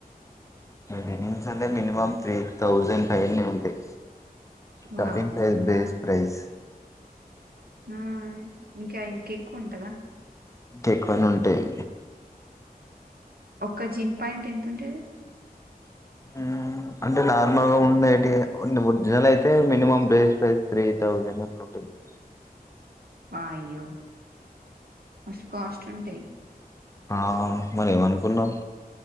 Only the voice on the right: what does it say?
వామ్మో
ఆ
ఆ ఇంకా ఇంక ఎక్కువ ఉంటందా
ఒక్క జిన్ పెంట్ ఎంత ఉంటది
వాయియో మస్తు కాస్ట్ ఉంటాయి